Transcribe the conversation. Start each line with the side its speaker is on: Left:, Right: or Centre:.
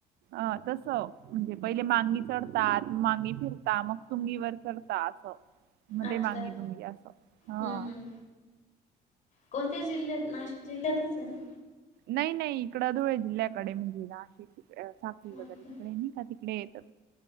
Right: आ तसं म्हणजे पहिले मांगी चढतात मांगी फिरता मग तुंगीवर चढता असं मग
Left: अच्छा
Right: ते मांगी हा
Left: हं हं कोणत्या जिल्ह्यात नाशिक जिल्ह्यातलच आहे ना?
Right: नाही-नाही इकडं धुळे जिल्ह्याकडे म्हणजे नाशिक. सागंली वगैरे
Left: अच्छा
Right: तिकडे नाही तिकडे येतात